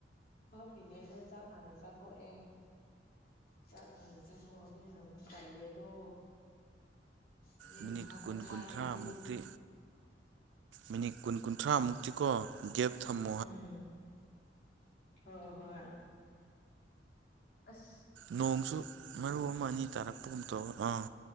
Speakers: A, on the left; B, on the right.
A: ꯐꯝꯃꯤꯉꯩꯗ ꯆꯥꯛ ꯍꯥꯟꯅ ꯆꯥꯊꯣꯛꯑꯦ꯫ ꯆꯥꯛ ꯍꯥꯏ ꯆꯥꯊꫭꯛꯑꯕꯃꯤꯅ ꯑꯃꯨꯛ ꯇꯂꯦꯗꯣ ꯑꯗꯩ
B: ꯃꯤꯅꯤꯠ
A: ꯉꯥꯏꯍꯥꯛ
B: ꯀꯨꯟ
A: ꯄꯣꯊꯥꯔꯦꯗꯣ꯫
B: ꯀꯨꯟꯊ꯭ꯔꯥꯃꯨꯛꯇꯤ ꯃꯤꯅꯤꯠ ꯀꯨꯟ ꯀꯨꯟꯊ꯭ꯔꯥꯃꯨꯛꯇꯤ ꯒꯦꯞ ꯊꯝꯃꯨ꯫
A: ꯎꯝꯝ ꯍꫭ ꯍꯣꯏ ꯑꯥꯁꯁ
B: ꯅꯣꯡꯁꯨ ꯃꯔꯨ ꯑꯃ ꯑꯅꯤꯒꯨꯝꯕ ꯇꯥꯔꯛꯄꯒꯨꯝ ꯇꯧꯋꯤ ꯑꯥ